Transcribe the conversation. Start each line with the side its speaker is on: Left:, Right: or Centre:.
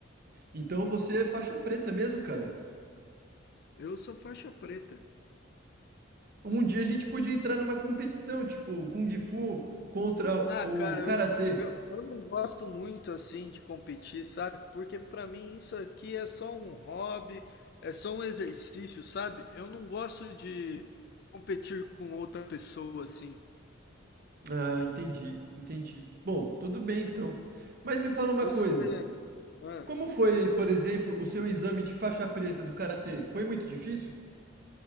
Right: Então você é faixa preta mesmo, cara.
Left: Eu sou faixa preta.
Right: Um dia a gente podia entrar numa competição, tipo Kung Fu contra
Left: Ah,
Right: o
Left: cara,
Right: Karatê.
Left: eu, eu, eu não gosto muito assim de competir, sabe? Porque pra mim isso aqui é só um hobby, é só um exercício, sabe? Eu não gosto de competir com outra pessoa assim.
Right: Ah, entendi, entendi. Bom, tudo bem então. Mas me fala uma
Left: Você.
Right: coisa.
Left: Ah.
Right: Como foi, por exemplo, o seu exame de faixa preta do Karatê? Foi muito difícil?